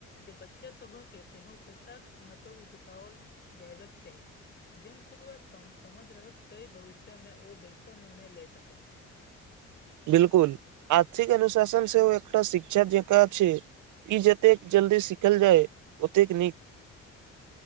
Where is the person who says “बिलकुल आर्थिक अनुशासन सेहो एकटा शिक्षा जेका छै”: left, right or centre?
Right